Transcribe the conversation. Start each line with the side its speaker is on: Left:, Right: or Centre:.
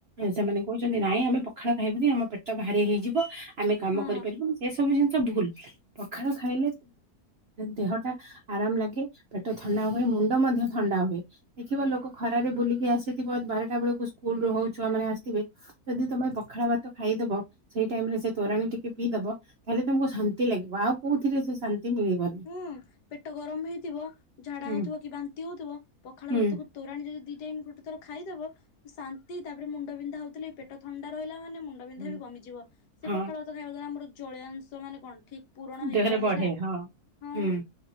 Right: ସେମାନେ କହୁଛନ୍ତି ନାଇଁ ଆମେ ପଖାଳ ଖାଇବୁନି ଆମ ପେଟ ଭାରି ହେଇଯିବ ଆମେ କାମ
Left: ହଁ
Right: କରିପାରିବୁନୁ ସେସବୁ ଜିନିଷ ଭୁଲ ପଖାଳ ଖାଇଲେ ଦେହଟା ଆରାମ ଲାଗେ ପେଟ ଥଣ୍ଡା ହୁଏ ମୁଣ୍ଡ ମଧ୍ୟ ଥଣ୍ଡା ହୁଏ। ଦେଖିବ ଲୋକ ଖରାରେ ବୁଲିକି ଆସିଥିବ ବାରଟା ବେଳକୁ ସ୍କୁଲରୁ ହଉଛୁଆ ମାନେ ଆସିଥିବେ ଯଦି ତମେ ପଖାଳ ଭାତ ଖାଇଦବ ସେଇ ଟାଇମରେ ସେ ତୋରାଣୀ ଟିକେ ପିଇଦବ ତାହେଲେ ତମକୁ ଶାନ୍ତି ଲାଗିବ ଆଉ କୋଉଥିରେ ସେ ଶାନ୍ତି ମିଳିବନି।
Left: ହୁଁ ପେଟ ଗରମ ହେଇଥିବ ଝାଡା
Right: ହୁଁ
Left: ହଉଥିବ କି ବାନ୍ତି ହଉଥିବ ପଖାଳ
Right: ହୁଁ
Left: ଭାତକୁ ତୋ ତୋରାଣୀ ଯଦି ଦି ଟାଇମ୍ ଗୋଟେ ଥର ଖାଇଦବ ଶାନ୍ତି ତାପରେ ମୁଣ୍ଡବିନ୍ଧା ହଉଥିଲେ ପେଟ ଥଣ୍ଡା ରହିଲା ମାନେ ମୁଣ୍ଡବିନ୍ଧାବି
Right: ହୁଁ
Left: କମିଯିବ ସେ
Right: ହଁ
Left: ପଖାଳ ଭାତ ଖାଇବା ଦ୍ବାରା ଆମର ଜଳୀୟାଅଂଶ ମାନେ କଣ ଠିକ୍ ପୂରଣ ହେଇକି
Right: ଦେହରେ
Left: ରହେ
Right: ବଢେ
Left: ନା।
Right: ହଁ
Left: ହଁ
Right: ହୁଁ